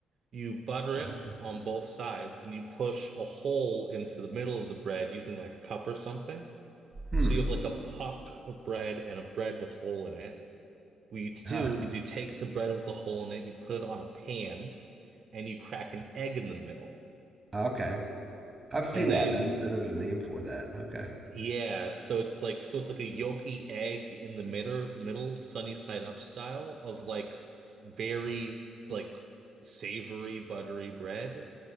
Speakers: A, on the right; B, on the right.
A: you butter
B: Okay.
A: it on both sides, then you push a hole into the middle of the bread using like a cup or something.
B: Hmm.
A: So you have like a puck of bread and a bread with hole in it. What you do
B: Huh.
A: is you take the bread with the hole in it, you put it on a pan, and you crack an egg in the middle.
B: Okay. I've seen
A: And then
B: that. I didn't know there was a name for that. Okay.
A: Yeah, so it's like so it's like a yolky egg in the middle middle sunny side up style of like very like savory buttery bread.